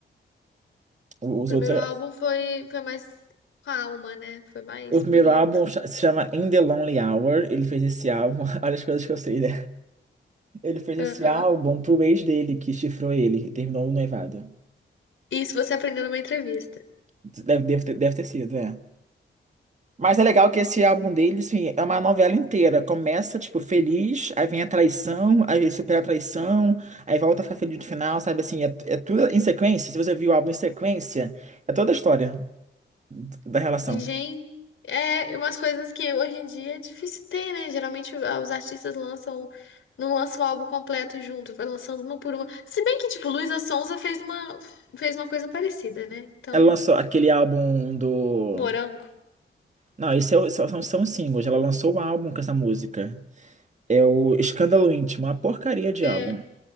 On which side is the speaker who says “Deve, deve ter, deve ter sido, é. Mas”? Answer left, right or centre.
Right